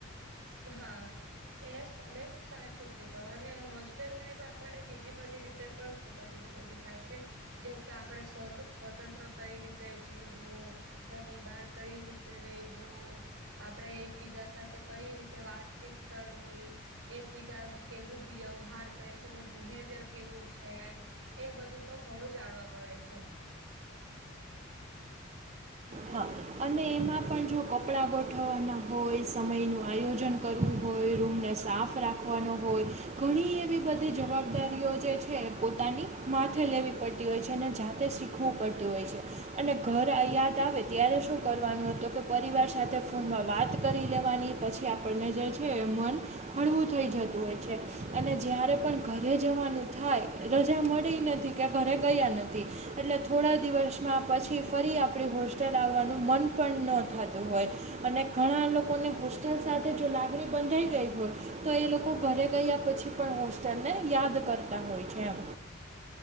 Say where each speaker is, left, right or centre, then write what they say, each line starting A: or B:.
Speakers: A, on the right; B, on the right.
A: હા એ તમે સાચું કીધ અને હોસ્ટેલ લાઈફ આપણને બીજી બધી રીતે પણ ખૂબ જ ઉપયોગી થાય છે. જેમ કે આપણે સ્વતંત્ર કઈ રીતે જીવવું. ઘરની બહાર કઈ રીતે રવું આપડે એકબીજા સાથે કઈ રીતે તે વાતચીત કરવી. એક બીજા કેવું વ્યવહાર કરહે છે એનું બિહેવિયર કેવું છે.? એ બધું પણ ઘણું જાણવા મળે છે.
B: હા અને એમાં પણ જો કપડાં ગોઠવવાના હોય, સમયનું આયોજન કરવું હોય, રૂમને સાફ રાખવાનો હોય ઘણી એવી બધી જવાબદારીઓ જે છે પોતાની માથે લેવી પડતી હોય છે અને જાતે શીખવું પડત હોય છે અને ઘર યાદ આવે ત્યારે શું કરવાનું તો કે પરિવાર સાથે ફોનમાં વાત કરી લેવાની પછી આપણે આપણને જે છે એ મન હળવું થઈ જતું હોય છે. અને જ્યારે પણ ઘરે જવાનું થાય રજા મળી નથી કે ઘરે ગયા નથી. એટલે થોડા દિવસમાં પછી ફરી આપ આપણી હોસ્ટેલ આવવાનું મન પણ ન થતું હોય. અને ઘણા લોકોને હોસ્ટેલ સાથે જો લાગણી બંધાઈ ગઈ હોય તો એ લોકો ઘરે ગયા પછી પણ હોસ્ટેલ ને યાદ કરતા હોય છે એમ.